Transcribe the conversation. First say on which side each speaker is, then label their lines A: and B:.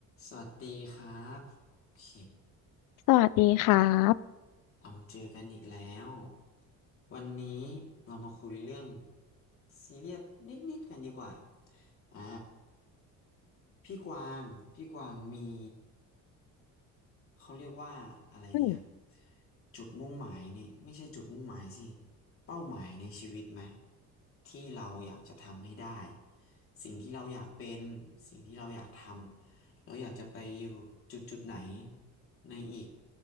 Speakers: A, on the left; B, on the left.
A: สวัสดีครับโอเค
B: สวัสดีครับ
A: เราเจอกันอีกแล้ววันนี้เรามาคุยเรื่องซีเรียสนิดๆกันดีกว่าอ่าพี่กวางพี่กวางมี เขาเรียกว่าอะไรเดีอะ
B: อืม
A: จุดมุ่งหมายในไม่ใช่จุดมุ่งหมายสิเป้าหมายในชีวิตไหมที่เราอยากจะทำให้ได้สิ่งที่เราอยากเป็นสิ่งที่เราอยากทำเราอยากจะไปอยู่จุดจุดไหนในอีก